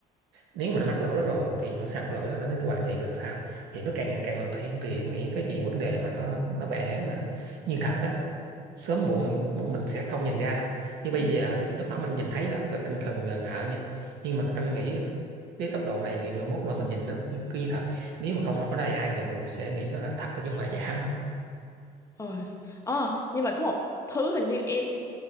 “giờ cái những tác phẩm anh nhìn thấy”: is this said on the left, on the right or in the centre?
Right